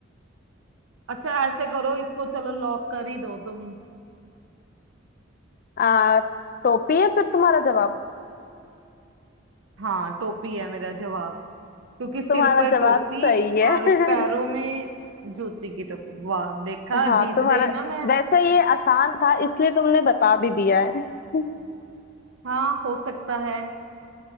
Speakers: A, on the right; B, on the left.
A: अच्छा ऐसे करो इसको चलो लॉक कर ही दो तुम
B: आ, टोपी है फिर तुम्हारा जवाब
A: हाँ टोपी है मेरा जवाब क्योंकि सिर
B: तुम्हारा
A: पर
B: जवाब
A: टोपी
B: सही है
A: और
B: <laughs>
A: पैरों में जूती की टोपी वाह देखा
B: हाँ
A: जीत
B: तुम्हारा
A: गई ना मैं
B: वैसे ये आसान था इसलिए तुमने बता भी दिया है <laughs>
A: हाँ हो सकता है